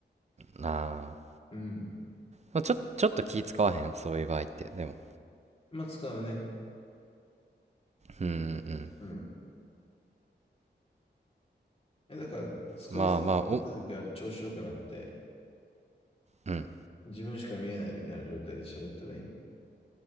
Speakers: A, on the right; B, on the left.
A: なあ。
B: うん。
A: まあちょ、ちょっと気使わへんそういう場合って。でも。
B: まあ使うね。
A: うんうん。
B: うん。え、だから、使いそうになった時は調子よくなって、
A: まあまあ、お、うん。
B: 自分しか見えないみたいな状態で喋ったらいい。